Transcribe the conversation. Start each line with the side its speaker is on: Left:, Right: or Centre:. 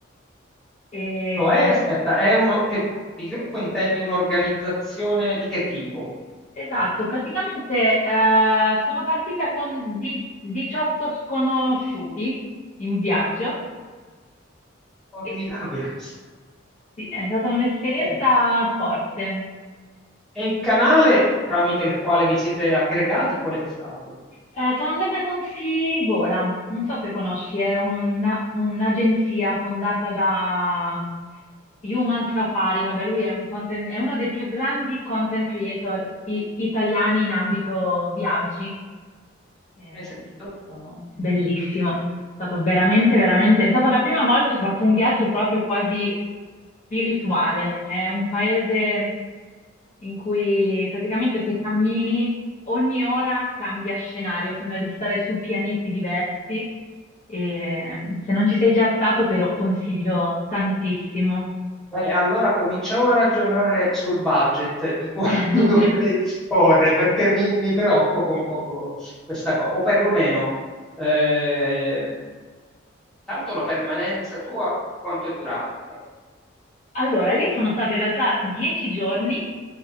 Left: E-
Centre: Cioè, aspetta, è uno che di gruppo intendi un'organizzazione di che tipo?
Left: esatto, praticamente eh, sono partita con di- 18 sconosciuti in viaggio
Centre: Formidabile.
Left: e
Centre: <laughs> questa.
Left: sì, è stata un'esperienza
Centre: Ok.
Left: forte.
Centre: E il canale tramite il quale vi siete aggregati, qual è stato?
Left: Eh, sono andata con Sivola, non so se conosci, è un- un'agenzia fondata da Human Safari, vabbè, lui è, un content- è uno dei più grandi content creator i- italiani in ambito viaggi. È
Centre: Ne hai sentito?
Left: stato bellissimo, è stato veramente, veramente, è stata la prima volta che ho fatto un viaggio proprio quasi spirituale. È un paese in cui praticamente se cammini ogni ora cambia scenario, sembra di stare su pianeti diversi e mm, se non ci sei già stato te lo consiglio tantissimo.
Centre: Eh, allora cominciamo a ragionare sul budget di quanto
Left: <laughs>
Centre: <laughs> dovrei disporre, perché mi, mi preoccupa un poco questa cosa, o perlomeno, eh, tanto la permanenza tua quanto è durata? Eh,
Left: Allora, io sono stata in realtà dieci giorni